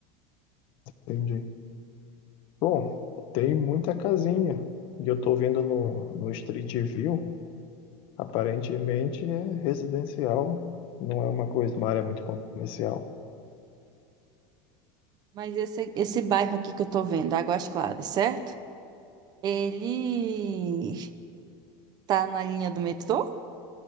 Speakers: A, on the left; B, on the right.
A: Entendi. Bom, tem muita casinha, e eu tô vendo no, no Street View, aparentemente é residencial, não é uma coisa, uma área muito comercial.
B: Mas esse, esse bairro aqui que eu tô vendo, Águas Claras, certo? Ele tá na linha do metrô?